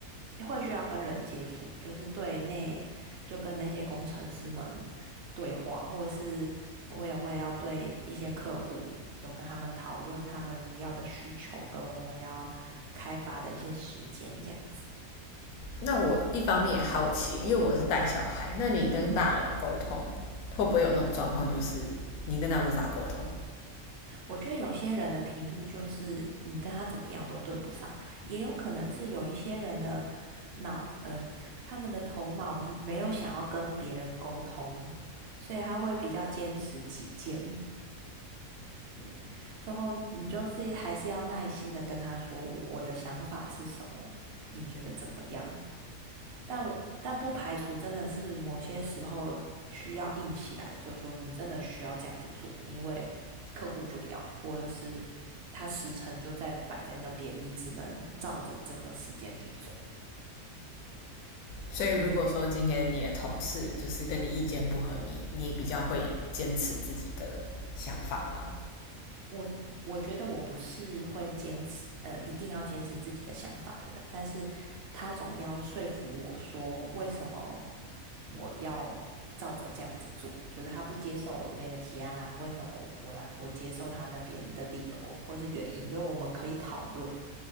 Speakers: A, on the right; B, on the left.
A: 会需要跟人接触，就是对内就跟那些工程师们对话，或者是我也会要对一些客户，就跟他们讨论他们要的需求跟我们要开发的一些时间这样子。
B: 那我一方面也好奇，因为我是带小孩，那你跟大人沟通
A: <clears throat>
B: 会不会有那种状况，就是你跟他无法沟通？
A: 我觉得有些人的频率就是你跟他怎么样都对不上，也有可能是有一些人的脑，呃，<laughs> 他们的头脑没有想要跟别人沟通，所以他会比较坚持己见。对，最后你就是还是要耐心的跟他说我的想法是什么，你觉得怎么样？但我但不排除真的是某些时候需要硬起来，就是说你真的需要这样子做，因为客户就要，或者是他时辰就在摆在那边，你只能照着这个时间去走，
B: 所以如果说今天你的同事就是跟你意见不合你，
A: 就是。
B: 你比较会坚持自己的想法吗？
A: 我我觉得我不是会坚持，呃，一定要坚持自己的想法的人，但是他总要说服我说为什么我要照着这样子做，就是他不接受我这边的提案啊，为什么我我要我接受他那边的理由或是原因，就我们可以讨论，